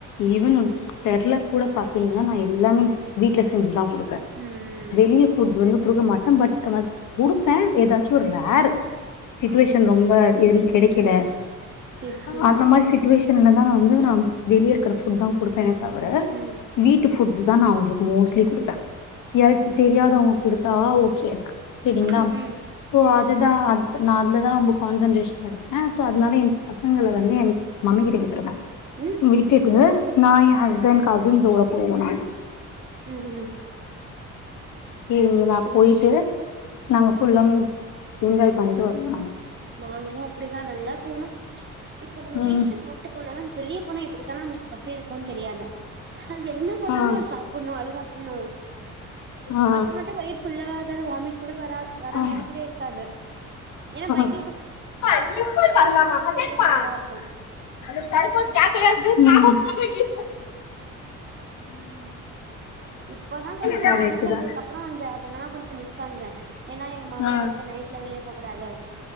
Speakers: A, on the left; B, on the right.
A: ஈவன்
B: ம்
A: தெர்ல கூட பாத்தீங்கன்னா நா எல்லாமே வீட்ல செஞ்சு தா கொடுப் ப
B: ம் ம்
A: வெளிய ஃபுட்ஸ் வந்து குடுக்க மாட்டே பட் நா கொடுப்பே ஏதாச்சு ரேர் சுட்டுவேஷன்
B: ஓகே
A: ரொம்ப ஏது கெடைக்கல
B: செரி செரி
A: அந்த மாரி சுட்டுவேஷ் இல்லனா நா வந்து நா வெளியே இருக்குற ஃபுட் தா கொடு ப்பேனே தவர
B: ம்
A: வீட்டு ஃபுட்ஸ்தா நா அவங்களுக் மோஸ்ட்லி
B: ஃபோன்
A: குடுப்பே
B: பேசு
A: ஏ தெரியாதவங்க கொடுத்தா ஓகே செரிங்களா
B: ம் ம்
A: சோ அதுதா நா அதுல தா ரொம்ப கான்சன்ட்ரேஷன் எடுப்ப சோ அதனால எ பசங்கள வந்து என் மம்மி கிட்ட விட்டுருவ
B: ம்
A: விட்டுட்டு
B: ம்
A: நா எ ஹஸ்பண்ட் கசின்ஸோட போவோ நாங்க
B: ம் ம்
A: இவங்களா
B: செரி
A: போயிட்டு நாங்க ஃபுல்லா என்ஜாய் பண்ணிட்டு வருவோ நாங்
B: நாங்களு அப்டித்தா நல்லா போனா இப்போ நம்ம
A: ம்
B: வீட்ல சாப்ட்டு போனலு அது வெளிய போனா எப்டித்தா நம்களுக்கு பசி எடுக்கும்ணு தெரியாது அது என்ன பாக்குறோமோ
A: ஆ
B: அது சாப்புட்னு அது சாப்புட்னு
A: ஆ
B: அப்ப மட்டு வயிர் ஃபுல்லா காது வாமிட் கூட வரா வர
A: ஆ
B: மாரி கூட இருக்காது ஏன்னா பைக்
A: <unintelligible>
B: கூட நல்லா இருக்கு
A: ம்
B: ம் இப்பதா கொஞ்சம்
A: கரெக்ட்டுதா
B: மேரேஜ் ஆனதுக்கு அப்பறம் அந்த அதெல்லா கொஞ்சம் மிஸ் பண்ற ஏன்னா எங்க மாமியார்
A: ஆ
B: வந்து நைட்ல வெளியே போ கூடாது